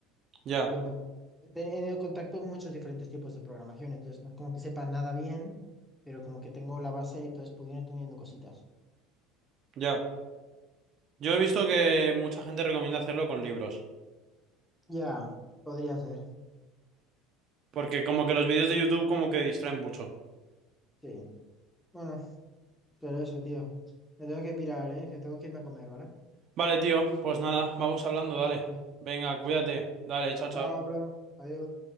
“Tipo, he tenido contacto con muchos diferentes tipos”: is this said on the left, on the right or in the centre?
Centre